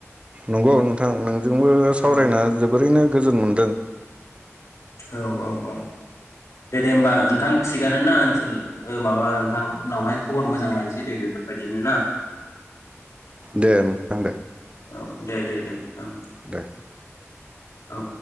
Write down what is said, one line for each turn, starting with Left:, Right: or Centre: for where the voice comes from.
Right: नंगौ नों। नोंथां नोंजोंबो सावरायना
Left: औ
Right: जोबोरैनो। गोजोन मोनदों।
Left: औ औ औ दे दे होमबा ओनथां थिगानो ना ओनसोल। ओ माबा ओनथां उनावहाय खबर मोजां लानोसै दे बेफोर बायदिनो ना।
Right: दे नोंथां दे
Left: औ। दे दे दे औ।
Right: दे।
Left: औ।